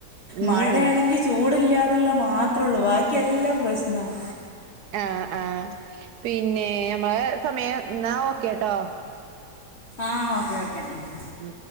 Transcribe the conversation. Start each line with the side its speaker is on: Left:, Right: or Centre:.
Right: ഉം
Left: മഴയാണെങ്കി ചൂടില്ലാന്ന്ള്ളെ മാ ത്ര ഒള്ളു ബാക്കിയെല്ലാം പ്രശ്നാവാ
Right: ആഹ ആ പിന്നെ നമ്മളെ സമയം ഇന്നാ ഓക്കെട്ടോ
Left: ആ ഓക്കേ ഓക്കേ
Right: ഉം